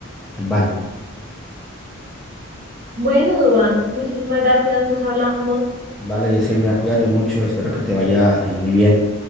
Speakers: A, in the centre; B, on the right.
A: en vano.
B: Bueno, Duan, muchísimas gracias. Nos hablamos.
A: Vale, Yesenia, cuídate mucho, espero que te vaya eh, muy bien.